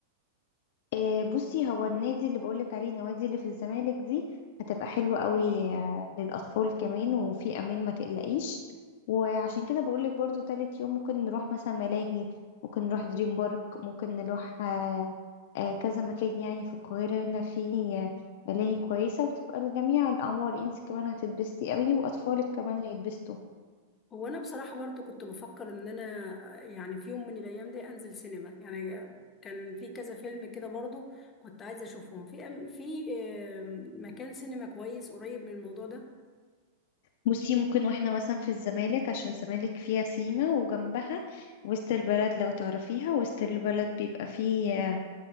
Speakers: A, on the left; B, on the left.
A: آه، بصي هو النادي اللي بقولك عليه النوادي اللي في الزمالك دي هتبقى حلوة قوي آه، للأطفال كمان وفي أمان ما تقلقيش وعشان كده بقولك برضو تالت يوم ممكن نروح مثلا ملاهي ممكن نروح دريم بارك ممكن نروح آه، آه، كذا مكان يعني في القاهرة هنا في آه، ملاهي كويسة وبتبقى لجميع الأعمار انت كمان هتتبسطي قوي وأطفالك كمان هيتبسطوا
B: هو انا بصراحه برضو كنت بفكر ان انا يعني في يوم من الايام دي انزل سينما يعني كان في كذا فيلم كده برضو كنت عايزه اشوفهم في أم- في آم، مكان سينما كويس قريب من الموضوع ده
A: بصي ممكن واحنا مثلا في الزمالك عشان الزمالك فيها سيما وجنبها وسط البلد لو تعرفيها وسط البلد بيبقى فيه